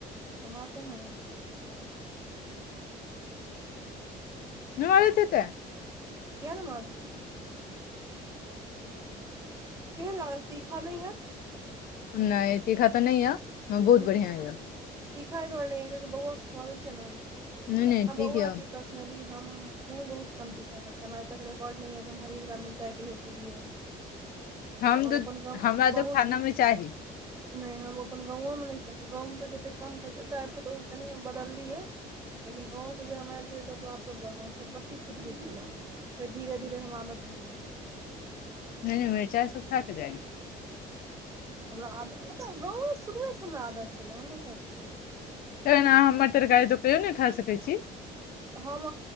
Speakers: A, on the right; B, on the left.
A: मारते नै।
B: न आरतेत <unintelligible>
A: किए नहि मारतै। केहन लागल तीखा नहि ह
B: नहि तीखा तऽ नहि या बहुत
A: हूँ
B: बढ़िया ये।
A: तीखा अय दुआरे नहि ये बौआके खुआबै छियै ने
B: नहि
A: हम
B: नहि
A: आ
B: ठीक
A: बौआ
B: यऽ
A: क पर्सनली हमहू बहुत कम तीखा खाई छियै हम आइ तक रिकॉर्ड नहि हइ जे हम हरिहरका मिरचाइ कहियोे खेलिये हन।
B: हम तऽ
A: अपन कम
B: हमरा
A: बहुत
B: तो खाना मे चाही।
A: नहि हम ओ अपन गाँवोमे नहि खाइ छिये गाँवमे तऽ जतेक कम खाइत छै एतय आबि कऽ तऽ कनि बदलियै लेकिन गाँव से जे हम आयल छे तऽ बापके बा छटपट्टी छुटि गेल छले। फेर धीरे धीरे हम आदत बनी गेल
B: नहि नहि मिरचाइ सब खा क जाइ।
A: हमरा आदत मतलब गाँवमे शुरुएसँ हमरा आदत छलै हम नहि खाइत छियै।
B: तखन अहाँ हमर मटरखाई तकहियो नहि खा सकैत छी
A: हम